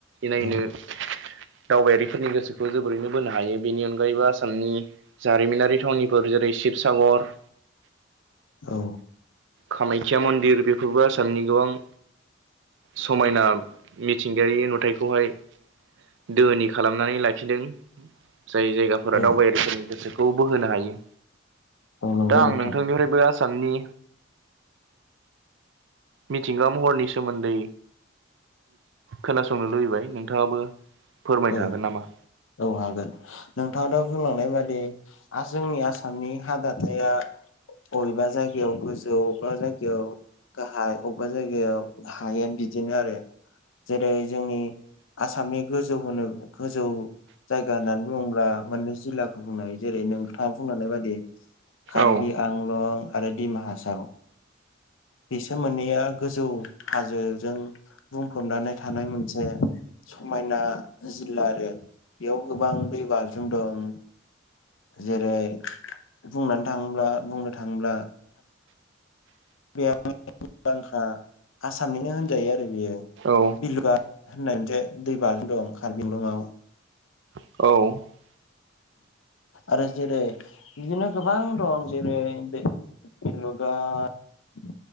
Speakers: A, on the right; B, on the left.
A: इनायनो
B: औ
A: दावबायारिफोरनि गोसोखौ जोबोरैनो बोनो हायो बेनि अनगायैबो आसामनि जारिमिनारि थावनिफोर जेरै शिबसागर
B: औ
A: कामायख्या मन्दिर बेफोरबो आसामनि गोबां समायना मिथिंगायारि नुथायखौहाय दोहोनि खालामनानै लाखिदों जाय जायगाफोरा
B: औ
A: दावबायारिफोरनि गोसोखौ खौ बोहोनो हायो
B: औ नंगौ
A: दा
B: नोंथां
A: आं नोंथांनिफ्रायबो आसामनि मिथिंगा महरनि सोमोन्दै खोनासंनो लुबैबाय नों नोंथाङाबो फोरमायनो
B: औ
A: हागोन नामा
B: औ हागोन नोंथाङा दा' बुंलांनाय बादि जोंनि आसामनि हा दाथाया बबेबा जायगायाव गोजौ बबेबा जायगायाव गाहाय अबेबा जायगायाव हायो बिदिनो आरो जेरै जोंनि आसामनि गोजौ होनो गोजौ जायगा होननानै बुङोब्ला मोननै जिल्लाखौ बुंनो हायो जेरै नोंथाङा बुंलांनाय बायदि कार्बि
A: औ
B: आंलं आरो दिमा हासाव बिसोर मोननैया गोजौ हाजोजों बुंफबनानै थानाय मोनसे समायना जिल्ला आरो बेयाव गोबां दै बाज्रुम दं जेरै बुंनानै थाङोब्ला बुंनो थाङोब्ला बे मुंदांखा आसामनिनो होनजायो आरो बियो
A: औ
B: बिलुगाट होननाय मोनसे दै बाज्रुम दं कारबिआलंआव
A: औ
B: आरो जेरै बिदिनो गोबां दं जेरै बेलुगाट